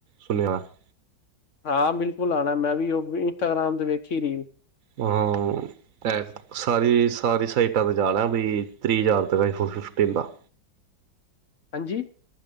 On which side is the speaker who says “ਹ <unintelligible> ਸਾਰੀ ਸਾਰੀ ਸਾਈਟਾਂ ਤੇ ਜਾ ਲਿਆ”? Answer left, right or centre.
Right